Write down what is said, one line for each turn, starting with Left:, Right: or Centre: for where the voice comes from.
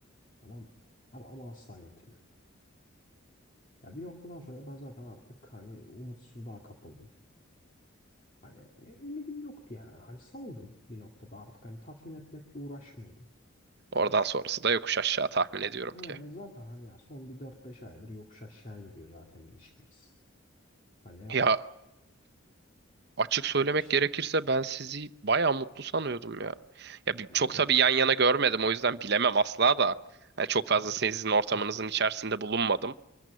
Left: Tamam mı? Ama, ama asla yetmiyor. Ya bir noktadan sonra ben zaten artık hani umutsuzluğa kapıldım. Hani e, ümidim yoktu yani. Hani saldım bir noktada artık hani tatmin etmekle uğraşmıyordum.
Right: Oradan sonrası da yokuş aşağı tahmin ediyorum
Left: Aynen
Right: ki.
Left: zaten hani ya son bir dört beş aydır yokuş aşağı gidiyor zaten ilişkimiz. Hani
Right: Ya açık söylemek
Left: e, işte
Right: gerekirse ben sizi bayağı mutlu sanıyordum ya. Ya bir-
Left: ya
Right: çok
Left: abi
Right: tabii
Left: e,
Right: yan yana
Left: e,
Right: görmedim o yüzden bilemem asla da. Yani çok fazla
Left: abi
Right: sizin ortamınızın
Left: Hah,
Right: içerisinde bulunmadım.